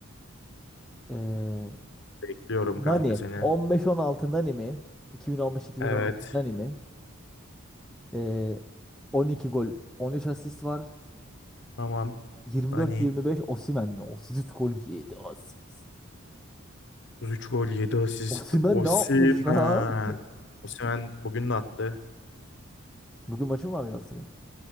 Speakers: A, in the centre; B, on the left (about 55°).
A: Ee,
B: Bekliyorum
A: Nani.
B: kanka seni.
A: 15-16 Nani mi? 2015-2016
B: Evet.
A: Nani mi? Ee, 12 gol 13 asist var.
B: Tamam.
A: 24-25
B: Hani.
A: Osimhen mi? 33 gol 7 asist.
B: 3 gol 7 asist.
A: Osimhen
B: Osimhen.
A: ne yapmış lan?
B: Osimhen bugün de attı.
A: Bugün maçı mı var Galatasaray'ın?